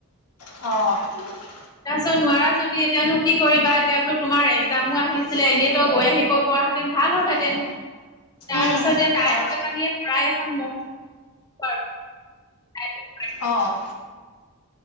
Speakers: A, on the left; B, on the left.
A: অ'।
B: তাৰপিছত নোৱাৰা যদি এতিয়ানো কি কৰিবা, এতিয়া বোলো, তোমাৰ একজামো আহি ছিলে, এনেই তই গৈ আহিব পৰা হেতেন ভাল হ'লহেতেন। তাৰ
A: উম
B: পিছত এ, তাই
A: হয়
B: হৈ পানি শৰাই এখন ম <unintelligible>
A: অ'।